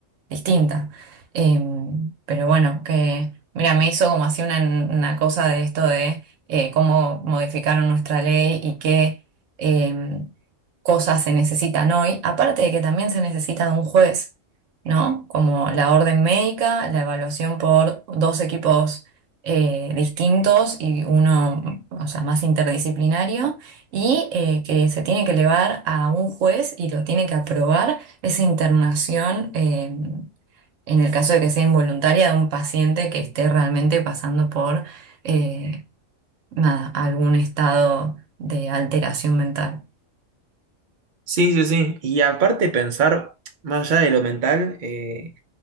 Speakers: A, on the right (about 75°); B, on the right (about 55°).
A: distinta. Em, pero bueno, que, mira, me hizo como así una, una cosa de esto de eh, cómo modificaron nuestra ley y que em, cosas se necesitan hoy, aparte de que también se necesita de un juez, ¿no? Como la orden médica, la evaluación por dos equipos eh, distintos y uno, o sea, más interdisciplinario, y eh, que se tiene que elevar a un juez y lo tiene que aprobar esa internación. eh, en el caso de que sea involuntaria de un paciente que esté realmente pasando por eh, nada, algún estado de alteración mental.
B: Sí, sí, sí. Y aparte pensar, más allá de lo mental, eh,